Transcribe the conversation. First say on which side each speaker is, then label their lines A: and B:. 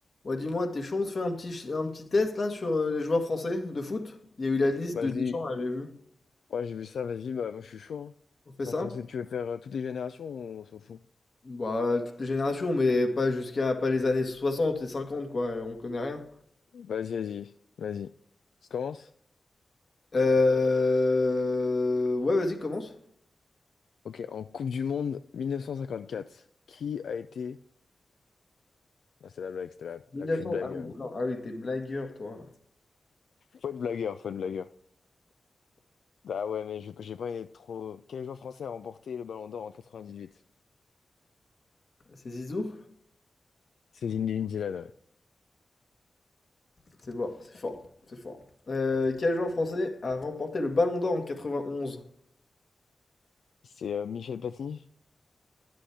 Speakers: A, on the left (about 50°); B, on the left (about 80°).
A: Ouais, dis-moi, Deschamps, on se fait un petit, un petit test là sur euh, les joueurs français de foot? Il y a eu la liste
B: Vas-y,
A: de Deschamps, là, j'ai vu.
B: ouais, j'ai vu ça, vas-y, bah, moi je suis chaud. Hein.
A: On fait
B: C'est
A: ça?
B: en français, tu veux faire euh, toutes les générations ou on s'en fout?
A: Bah, toutes les générations, mais pas jusqu'à pas les années soixante et cinquante quoi, on connaît rien.
B: Vas-y, vas-y, vas-y. Je commence?
A: Euh... Ouais, vas-y, commence.
B: Ok, en Coupe du Monde 1954, qui a été. Ah, c'est la blague, c'était la,
A: 1900,
B: la petite blague.
A: ah, oui,
B: euh.
A: d'accord. Ah oui, t'es blagueur, toi.
B: Faut être blagueur, faut être blagueur. Ah ouais, mais je- j'ai pas été trop. Quel joueur français a remporté le Ballon d'Or en 98?
A: C'est Zizou?
B: C'est Zinedine Zidane, ouais.
A: C'est bon, c'est fort, c'est fort. Euh, quel joueur français a remporté le Ballon d'Or en 91?
B: C'est euh, Michel Platini?